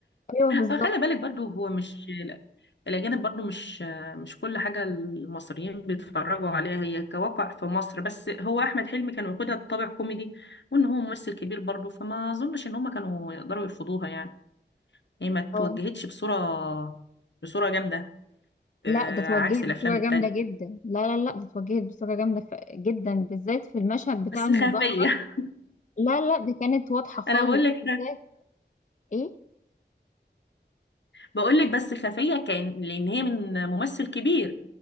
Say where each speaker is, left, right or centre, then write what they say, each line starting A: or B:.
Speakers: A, on the left; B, on the left.
A: ايوه بالظبط
B: اه خلي بالك برضو هو مش لا، الأجانب برضو مش مش كل حاجة المصريين بيتفرجوا عليها هي كواقع في مصر بس هو أحمد حلمي كان واخدها بطابع كوميدي وإن هو ممثل كبير برضو فما أظنش إن هما كانوا يقدروا يرفضوها يعني هي ما توجهتش
A: اه
B: بصورة بصورة جامدة
A: لا
B: آه،
A: ده اتوجهت
B: عكس الأفلام
A: بصورة
B: التانية
A: جامدة جدا لا لا لا ده اتوجهت بصورة جامدة ف... جدا بالذات في المشهد بتاع
B: بس
A: المظاهرة
B: خفية
A: لا لا ده كانت واضحة
B: <laughs>
A: خالص
B: أنا بقول لك
A: بالذات ايه
B: بقول لك بس خفية كان لأن هي من ممثل كبير